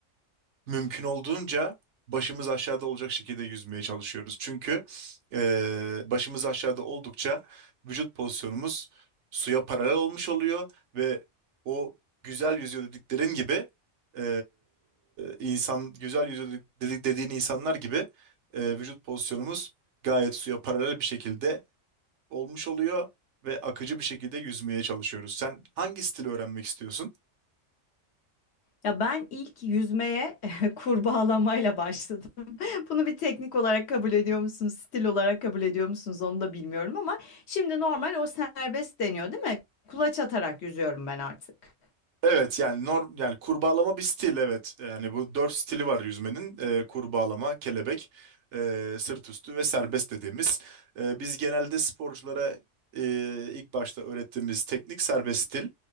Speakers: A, on the right (about 65°); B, on the left (about 60°).
A: mümkün olduğunca başımız aşağıda olacak şekilde yüzmeye çalışıyoruz. Çünkü e, başımız aşağıda oldukça vücut pozisyonumuz suya paralel olmuş oluyor ve o güzel yüzüyor dediklerin gibi e, insan güzel yüzüyor dedi- dediğin insanlar gibi e, vücut pozisyonumuz gayet suya paralel bir şekilde olmuş oluyor ve akıcı bir şekilde yüzmeye çalışıyoruz. Sen hangi stili öğrenmek istiyorsun?
B: Ya ben ilk yüzmeye <laughs> kurbağalamayla başladım. <laughs> Bunu bir teknik olarak kabul ediyor musunuz, stil olarak kabul ediyor musunuz onu da bilmiyorum ama şimdi normal o serbest deniyor değil mi? Kulaç atarak yüzüyorum ben artık.
A: Evet yani norm yani kurbağalama bir stil evet. Yani bu dört stili var yüzmenin. Ee, kurbağalama, kelebek, e, sırt üstü ve serbest dediğimiz. Ee, biz genelde sporculara e, ilk başta öğrettiğimiz teknik serbest stil.